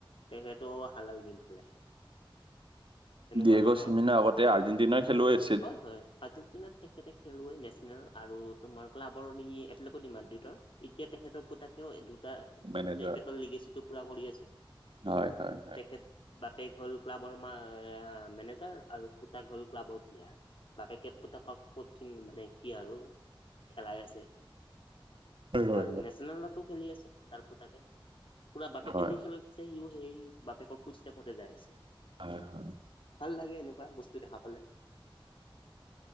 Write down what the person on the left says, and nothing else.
তেখেতো হালাল গেম খেলে। তেনেকুৱা
ধৰণৰ
হয় হয় আজিৰ দিনত তেখেতে খেলুৱৈ নেচনেল আৰু তোমাৰ ক্লাবৰ নি একেলগতে ডিমাণ্ড দিয়ে টো। তেখেতৰ পোতাকেও দুটা
তেখেতৰ লিগেচিটো পুৰা কৰি আছে।
তেখেত বাপেক হ'ল ক্লাবৰ ম মেনেজাৰ আৰু পুতাক হ'ল ক্লাবৰ য় বাপেকে পুতাক কচিং মানে কি আৰু খেলাই আছে।
আৰু
নেচনেলাতো খেলি আছে তাৰ পুতাকে পুৰা বাপেকে
যি খেল আছে সিও সেই বাপেকৰ ফুজ টেপতে যাই আছে
ভাল লাগে এনেকুৱা বস্তু দেখা পালে